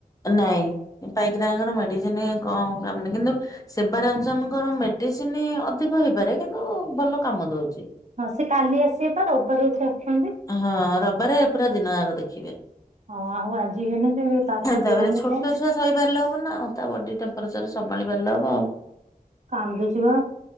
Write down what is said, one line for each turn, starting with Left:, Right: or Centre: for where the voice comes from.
Left: ନାଇଁ ପାଇକିରାୟଙ୍କର ମେଡିସିନ କଁ କାମ କିନ୍ତୁ ଶିବାରଞ୍ଜନଙ୍କର ମେଡିସିନ ଅଧିକ ହେଇପାରେ କିନ୍ତୁ ଭଲ କାମ ଦଉଚି।
Right: ହଁ ସେ କାଲି ଆସିବେ ପା ରବିବାର ଆସୁଛନ୍ତି
Left: ହଁ ରବିବାରେ ପୁରା ଦିନ ୟାଙ୍କ ଦେଖିବେ।
Right: ହଁ ଆଉ ଆଜି ଇୟେ
Left: ତାପରେ
Right: <unintelligible>
Left: ଛୋଟ ଛୁଆ ସଇପାରିଲେ ହବ ନା ଆଉ ତା ବଡି ଟେମ୍ପଚର ସମାଳି ପାରଲେ ହବ ଆଉ।
Right: କାନ୍ଦୁଛି ବା